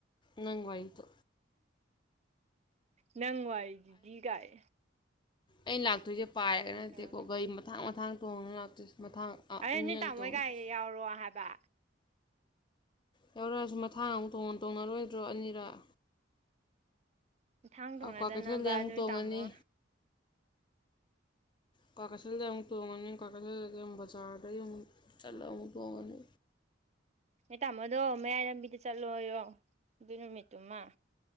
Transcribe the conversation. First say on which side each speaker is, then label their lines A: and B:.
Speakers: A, on the left; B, on the right.
A: ꯅꯪꯋꯥꯏꯗꯣ
B: ꯅꯪ ꯋꯥꯔꯤꯗꯨꯗꯤ ꯀꯥꯏ
A: ꯑꯩ ꯂꯥꯛꯇꯣꯏꯁꯦ ꯄꯥꯏꯔꯒ ꯅꯠꯇꯦꯀꯣ
B: ꯇꯧꯔ
A: ꯒꯥꯔꯤ ꯃꯊꯥꯡ ꯃꯊꯥꯡ ꯇꯣꯡꯉ ꯂꯥꯛꯇꯣꯏꯁꯦ ꯃꯊꯥꯡ
B: ꯑꯩ
A: ꯑꯅꯤꯔꯛ
B: ꯅꯣꯏ ꯇꯥꯃꯣꯏ
A: ꯇꯣꯡꯗꯣꯏꯁꯦ
B: ꯒꯥꯔꯤꯗ ꯌꯥꯎꯔꯣ ꯍꯥꯏꯕ
A: ꯌꯥꯎꯔꯛꯑꯁꯨ ꯃꯊꯥꯡ ꯑꯃꯨꯛ ꯇꯣꯡꯅ ꯇꯣꯡꯅꯔꯣꯏꯗ꯭ꯔꯣ ꯑꯅꯤꯔꯛ
B: ꯃꯊꯥꯡ ꯇꯣꯡꯅꯗꯅꯕ
A: ꯀ꯭ꯋꯥ ꯀꯩꯊꯦꯜꯗꯩ ꯑꯃꯨꯛ
B: ꯅꯣꯏ
A: ꯇꯣꯡꯉꯅꯤ
B: ꯇꯥꯃꯣ
A: ꯀ꯭ꯋꯥꯛꯀꯩꯊꯦꯜꯗꯩ ꯑꯃꯨꯛ ꯇꯣꯡꯉꯅꯤ ꯀꯋꯥ꯭ꯛꯀꯩꯊꯦꯜ ꯕꯖꯥꯔꯗꯩ ꯑꯃꯨꯛ ꯆꯠꯂ ꯑꯃꯨꯛ ꯇꯣꯡꯉꯅꯤ
B: ꯅꯣꯏ ꯇꯥꯃꯣꯗꯣ ꯃꯌꯥꯏ ꯂꯝꯕꯤꯗ ꯆꯠꯂꯣꯏꯌꯣ ꯑꯗꯨ ꯅꯨꯃꯤꯠꯇꯨꯃ